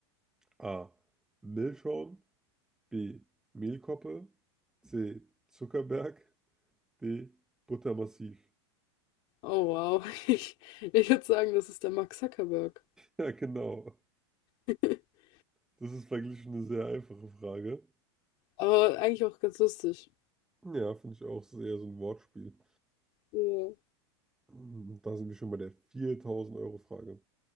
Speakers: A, in the centre; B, on the left.
A: A. Milchschorn, B. Mehlkoppe, C. Zuckerberg, D. Buttermassiv. <laughs>
B: Oh wow. <laughs> Ich, ich würde sagen, das ist der Mark Zuckerberg.
A: Ja, genau.
B: <laughs>
A: Das ist verglichen eine sehr einfache Frage.
B: Aber eigentlich auch ganz lustig.
A: Ja, finde ich auch. Das ist eher so ein Wortspiel.
B: Ja.
A: Ähm, Da sind wir schon bei der viertausend euro frage